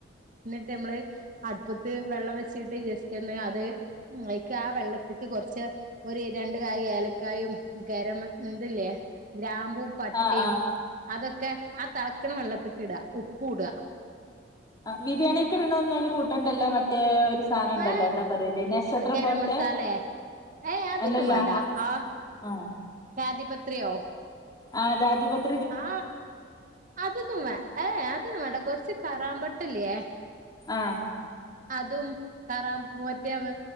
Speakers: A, on the right; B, on the left.
A: ന്നട്ട് നമമ്മള് അടുപ്പത്ത് വെള്ളം വെച്ചിട്ട് ജസ്റ്റ് എന്ന് അത് ആയിക്ക് ആ വെള്ളത്തിക്ക് കൊറച്ച് ഒരു രണ്ട് കായ ഏലക്കായും ഗരമ ഇതില്ലേ ഗ്രാമ്പും പട്ടിം
B: ആഹ് ആഹ്
A: അതൊക്കെ ആ തളക്കണ വെള്ളത്ത്ക്ക് ഇട ഉപ്പ് ഇട.
B: ആ ബിരിയാണിക്കെടണൊന്നും അതിൽ കൂട്ടണ്ടല്ലോ മറ്റേ സാധനം ഉണ്ടല്ലോ
A: വേ
B: എന്താ പറയല് നക്ഷത്രം
A: ഗരം
B: പോലത്തെ
A: മസാലെ ഏയ് അതൊന്നും
B: അല്ലല്ല
A: വേണ്ടാ
B: ആഹ്
A: ആ
B: ആഹ്
A: ജാതി പത്രിയോ?
B: ആ ജാതി പത്രി
A: ആ അതൊന്നും വേ ഏ അതൊന്നും വേണ്ടാ കൊറച്ച് കറാമ്പട്ടല്ലേ?
B: ആ
A: അതും കറാംപു മറ്റേ